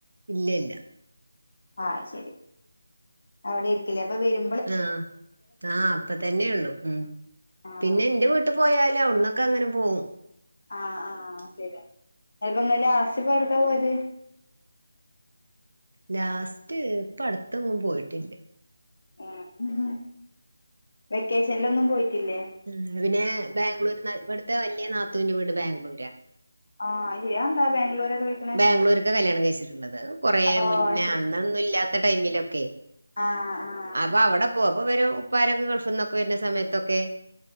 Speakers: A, on the right; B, on the left.
A: ഇല്ലല്ല
B: ആഹ് അയ്ശരി അവ്ടേരുക്കില്ലേ അപ്പം വെരു
A: ആഹ് ആഹ് അപ്പ തന്നെയുള്ളു ഉം
B: ആഹ്
A: പിന്നെ ഇന്റെ വീട്ട് പോയാല് അവ്ട്ന്നൊക്കെ അങ്ങനെ പോവും
B: ആഹ് ആഹ് ശരിയാ എനിപ്പം ഇങ്ങൾ ലാസ്റ്റ്പ്പം എവുട്ക്കാ പോയത്
A: ലാസ്റ്റ് ഇപ്പ അട്ത്തെങ്ങും പോയിട്ടില്ല
B: ആഹ് വെക്കേഷന്ലൊന്നും പോയിട്ടില്ലേ
A: ഉം പിന്നെ ബാംഗ്ലൂര്ന്ന് അഹ് ഇവ്ട്ത്തെ വല്ല്യ നാത്തൂന്റെ വീട് ബാംഗ്ലൂരാ
B: ആഹ് അയ്യേ അഹ് എന്താ ബാംഗ്ലൂരൊക്കെ പോയിട്ട്
A: ബാംഗ്ലൂര്ക്കാ കല്യാണം കഴിച്ചിട്ട്ള്ളത് അഹ് കൊറേ
B: ഓഹ്
A: മുന്നേ
B: അത് ശരി
A: അന്നൊന്നും ഇല്ലാത്ത ടൈമിലൊക്കെ
B: ആഹ്
A: അപ്പ അവടെ പോവും അപ്പ വരും ഉപ്പാരൊക്കെ ഗൾഫ്ന്നൊക്കെ വെര്ന സമയത്തൊക്കെ